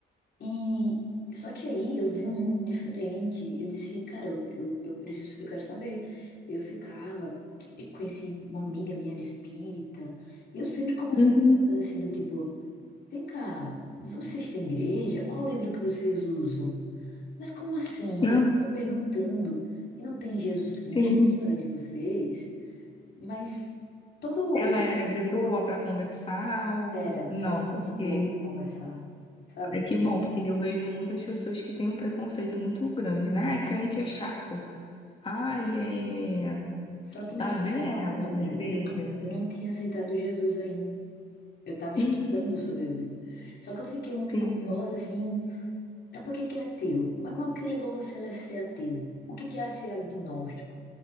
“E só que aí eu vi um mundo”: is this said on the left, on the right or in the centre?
Left